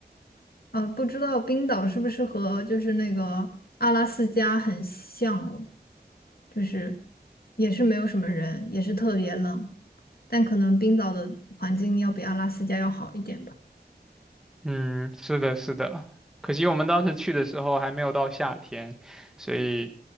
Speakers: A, on the left; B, in the centre.
A: 呃，不知道冰岛是不是和就是那个阿拉斯加很像哦，就是也是没有什么人，也是特别冷，但可能冰岛的环境要比阿拉斯加要好一点吧。
B: 嗯，是的，是的。可惜我们当时去的时候还没有到夏天，所以